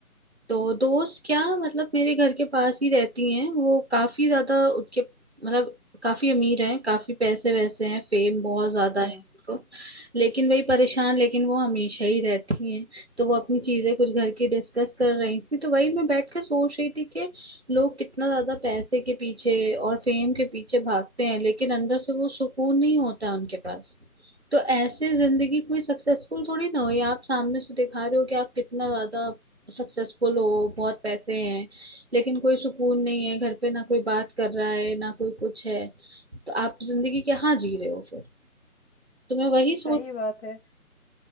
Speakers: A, on the right; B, on the left.
A: तो दोस्त क्या मतलब मेरे घर के पास ही रहती हैं वो काफी ज्यादा उनके मतलब काफी अमीर हैं काफी पैसे वैसे हैं फेम बहुत ज्यादा
B: हाँ
A: है उनको लेकिन वही परेशान लेकिन वो हमेशा ही रहती हैं तो वो अपनी चीजें कुछ घर की डिस्कस कर रही थी तो वही मैं बैठ के सोच रही थी कि लोग कितना ज्यादा पैसे के पीछे और फेम के पीछे भागते हैं लेकिन अंदर से वो सुकून नहीं होता है उनके पास तो ऐसे जिंदगी कोई सक्सेसफुल थोड़ी ना हुई आप सामने से दिखा रहे हो कि आप कितना ज्यादा सक्सेसफुल हो बहुत पैसे हैं लेकिन कोई सुकून नहीं है घर पे ना कोई बात कर रहा है ना कोई कुछ है तो आप जिंदगी क्या जी रहे हो फिर तो मैं वही सोच
B: सही बात है